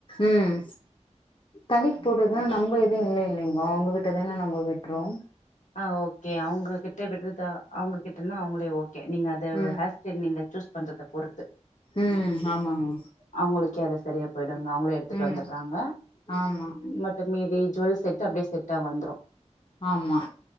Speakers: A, on the left; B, on the left.
A: ம் தலைக்கு போடுதுன்னா நம்ம எடு இல்லை இல்லைங்க அவுங்ககிட்டதானே நம்ம விட்றோம்
B: ஆ ஓகே அவங்ககிட்ட விடுதா அவங்ககிட்டன்னா அவங்களே ஓகே நீங்க அத
A: ம்
B: ஹேர் சேர் நீங்க சுயூஸ் பண்றத பொறுத்து
A: ம்ம் ஆமாங்க
B: அவங்களுக்கே அத செரியா போயிடுங்க அவங்களே எடுத்துட்டு
A: ம்
B: வந்துடுறாங்க
A: ஆமா
B: மத் தமீதி ஜுவல் செட் அப்டியே செட்டா வந்துரும்
A: ஆமா